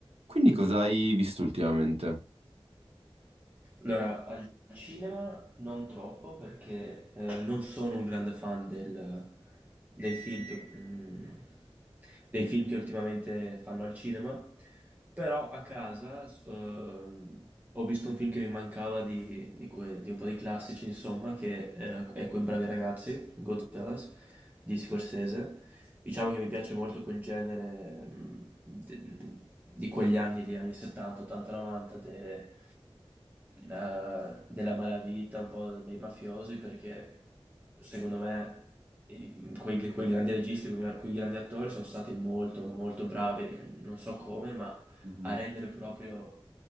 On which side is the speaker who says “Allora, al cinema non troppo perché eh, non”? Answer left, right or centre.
Right